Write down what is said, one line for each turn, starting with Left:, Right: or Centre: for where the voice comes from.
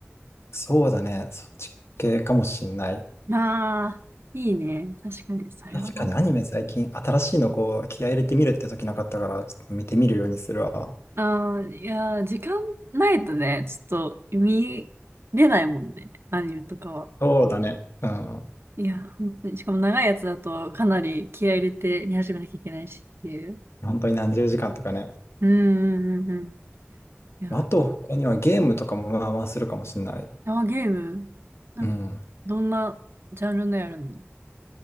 Left: そうだね、そっち系かもしんない。
Right: ああ、いいね。確かに、それは。
Left: 確かにアニメ最近新しいのこう気合い入れてみるって時なかったからちょっと見てみるようにするわ。
Right: ああ、いやー、時間ないとね、ちょっと見れないもんね。アニメとかは。
Left: そうだね。うん。
Right: いやー、本当に。しかも長いやつだとかなり気合い入れて見始めなきゃいけないしっていう。
Left: 本当に何十時間とかね。
Right: うんうんうんうん。いや
Left: あと他にはゲームとかもまあまあするかもしれない。
Right: ー、あー、ゲームなんか、
Left: うん。
Right: どんなジャンルのやるの